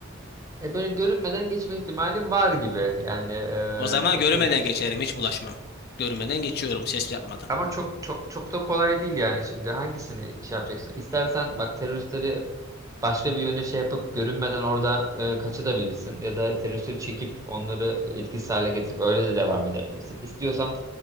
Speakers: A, on the right; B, on the left.
A: E böyle görünmeden geçme ihtimali var gibi. Yani e,
B: O zaman
A: atıyorum
B: görünmeden
A: işte
B: geçerim. Hiç bulaşmam. Görünmeden geçiyorum ses yapmadan.
A: Ama çok çok çok da kolay değil yani şimdi hangisini iş yapacaksın? İstersen bak teröristleri başka bir yöne şey yapıp görünmeden oradan e, kaçabilirsin ya da teröristleri çekip onları etkisiz hale getirip öyle de devam edebilirsin. İstiyorsan